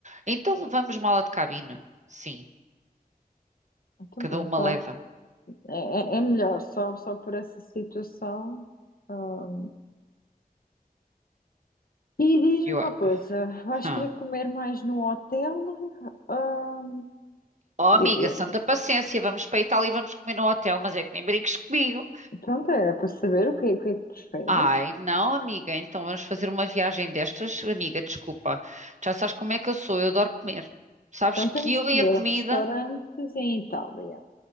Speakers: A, on the right (about 50°); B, on the left (about 65°).
A: Então levamos mala de cabine. Sim,
B: Então
A: cada
B: pronto,
A: uma
B: tá.
A: leva.
B: É, é- é melhor, só, só por essa situação. ah. E diz-me
A: Eu...
B: uma
A: a-
B: coisa, vais
A: Hã.
B: querer comer mais no hotel? Ah,
A: Oh, amiga,
B: E, e,
A: santa paciência, vamos para a Itália e vamos comer no hotel, mas é que nem brinques comigo.
B: pronto, é para saber o que, é- o que é que preferes.
A: Ai, não, amiga, então vamos fazer uma viagem destas? Amiga, desculpa, já sabes como é que eu sou, eu adoro comer. Sabes
B: Então
A: que
B: temos
A: eu
B: que
A: e
B: ver
A: a comida,
B: restaurantes em Itália.